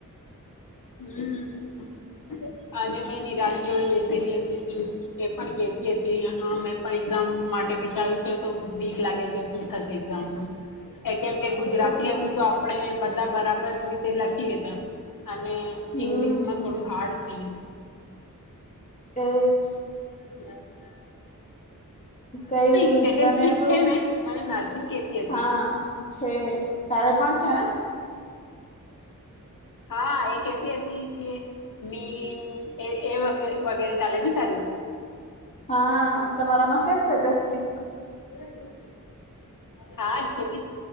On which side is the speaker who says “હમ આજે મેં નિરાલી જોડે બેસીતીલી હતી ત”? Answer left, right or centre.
Left